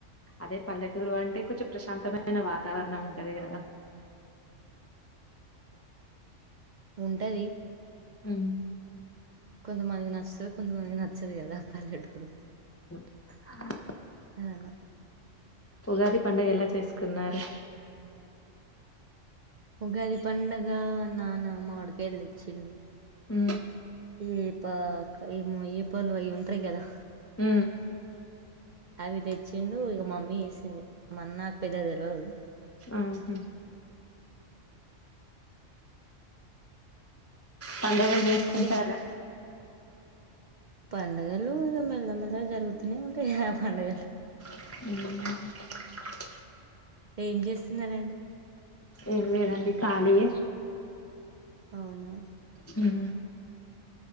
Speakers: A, on the left; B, on the right.
A: అదే పల్లెటూరు అంటే కొంచెం ప్రశాంతమైన వాతావరణం ఉంటది కదా
B: ఉంటది
A: ఉమ్
B: కొంచంత మాదిగా నచ్చ కొందు మనకి నచ్చదు కదా పాలెటూరు
A: హ
B: తను
A: ఉగాది పడుగ ఎలా చేసుకున్నారు
B: ఒకది పడుగ నాన్నమ్మ వాడిక వెళ్ళిచ్చిండు
A: ఉ
B: ఈ పా ఏమ ఈ పలుు అవి ఉంటాయి కదా
A: హ
B: అవి తెచ్చిండు ఇక మమ్మీ వేసింది మన్న నాకు పెద్ద తెలియదు
A: ఆహా పండుగలు చేసుకుంటారు
B: మీ పండుగలు ఇక మెల్లమెల్లగా జరుగుతూనే ఉంటాయి పండుగలు
A: ఉ <unintelligible>
B: ఏం చేస్తున్నారండి
A: ఏం లేదండి ఖాళీయ
B: అవునా
A: హు